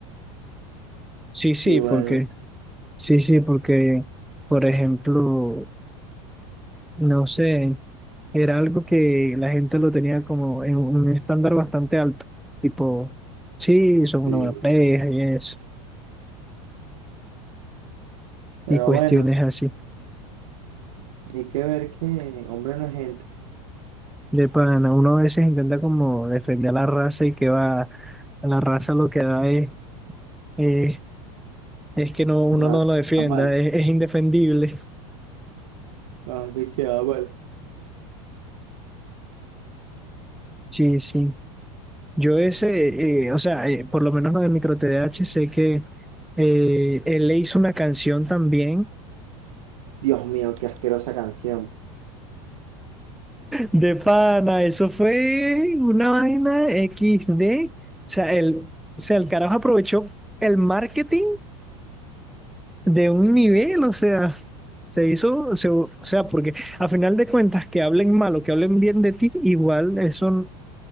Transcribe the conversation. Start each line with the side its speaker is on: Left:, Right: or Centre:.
Centre: Sí, sí,
Right: Y bueno,
Centre: porque, sí, sí, porque, por ejemplo, No sé, era algo que la gente lo tenía como en un estándar bastante alto, tipo, sí, son
Right: Sí,
Centre: una buena pareja y eso,
Right: pero
Centre: y cuestiones
Right: bueno,
Centre: así.
Right: hay que ver que hombre no es gente.
Centre: De pana, uno a veces intenta como defender a la raza y que va, a la raza lo que da es, es, es que no, uno
Right: No,
Centre: no
Right: está
Centre: lo defienda,
Right: mal.
Centre: es, es indefendible.
Right: Ah, te queda mal.
Centre: Sí, sí. Yo ese, eh, o sea, eh, por lo menos lo del micro T D A H sé que eh, él le hizo una canción también
Right: Dios mío, qué asquerosa canción.
Centre: De pana, eso fue una vaina XD. O sea, el, o sea, el carajo aprovechó el marketing de un nivel, o sea, se hizo, se- o sea, porque a final de cuentas, que hablen mal o que hablen bien de ti, igual eso